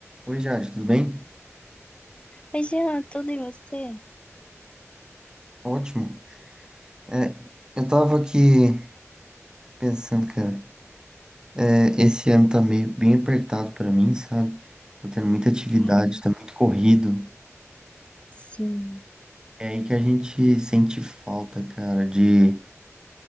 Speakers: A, on the right; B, on the left.
A: Oi, Jade, tudo bem?
B: Imagina tudo em você.
A: Ótimo. É, eu tava aqui pensando, cara, é, esse ano tá meio bem apertado pra mim, sabe? Tô tendo muita atividade,
B: Caramba.
A: tá muito corrido.
B: Sim.
A: É aí que a gente sente falta, cara, de.